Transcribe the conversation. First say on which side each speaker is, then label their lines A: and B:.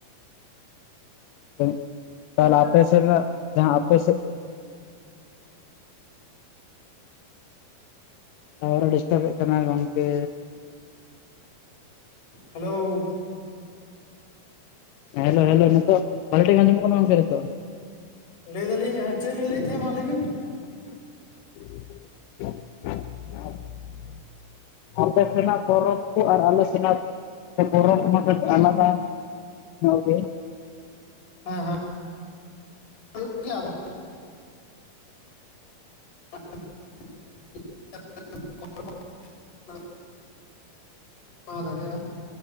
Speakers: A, on the left (about 75°); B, on the left (about 60°).
A: <unintelligible> ᱛᱟᱦᱚᱞᱮ ᱟᱯᱮ ᱥᱮᱱᱟᱜ ᱡᱟᱦᱟᱸ ᱟᱯᱮ ᱥᱮᱫ ᱴᱟᱣᱟᱨ ᱮ ᱰᱤᱥᱴᱟᱵ ᱮᱫ ᱛᱟᱢᱟᱭ ᱜᱚᱝᱠᱮ᱾
B: ᱦᱮᱞᱳᱣ
A: ᱦᱮᱞᱳ ᱦᱮᱞᱳ ᱱᱤᱛᱳᱜ ᱵᱷᱟᱞᱮ ᱴᱷᱤᱠ ᱟᱡᱚᱢᱚᱜ ᱠᱟᱱᱟ ᱜᱚᱝᱠᱮ ᱱᱤᱛᱳᱜ
B: ᱞᱟᱹᱭ ᱫᱟᱞᱤᱧ ᱪᱮᱫ ᱵᱤᱱ ᱞᱟᱹᱭᱮᱫ ᱛᱟᱦᱮᱜ-ᱟ ᱢᱟ ᱞᱟᱹᱭ ᱵᱤᱱ
A: <unintelligible> ᱟᱯᱮ ᱥᱮᱱᱟᱜ ᱯᱚᱨᱚᱵᱽ ᱠᱚ ᱟᱨ ᱟᱞᱮ ᱥᱮᱱᱟᱜ ᱯᱚᱨᱚᱵᱽ <unintelligible> ᱟᱞᱟᱫᱟ ᱧᱚᱜ ᱜᱮ
B: ᱦᱮᱸ ᱦᱮᱸ <unintelligible> <inaudible> ᱢᱟ ᱫᱟᱲᱮᱭᱟᱜ-ᱟ